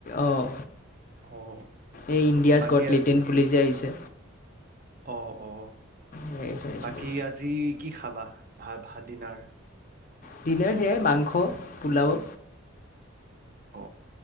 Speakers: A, on the left; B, on the right.
A: অঁ
B: অ
A: এই ইণ্ডিয়াছ
B: বাকী
A: গট লেটেণ্ট
B: আজি।
A: বুলি যে আহিছে
B: অঁ অ।
A: সেয়াই চাই আছিলোঁ
B: বাকী আজি। কি খাবা ভাত ডিনাৰ।
A: ডিনাৰ সেয়াই মাংস পোলাওঁ।
B: অ